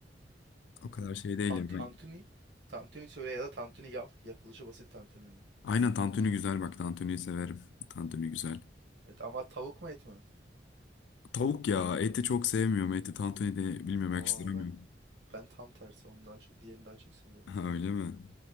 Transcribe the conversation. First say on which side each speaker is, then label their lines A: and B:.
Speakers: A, on the right; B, on the left.
A: Aha.
B: o kadar şey değilim
A: Tan tantuni.
B: ben.
A: Tantuni söyle ya da tantuni yap. Yapılışı basit tantuninin.
B: Aynen tantuni güzel bak tantuniyi severim. Tantuni güzel.
A: Evet ama tavuk mu et mi?
B: Tavuk ya eti çok sevmiyorum. Eti tantuni de bilmiyorum
A: Aa
B: yakıştıramıyorum.
A: ben ben tam tersi. Onu daha çok, diğerini daha çok seviyorum.
B: Ha, öyle mi?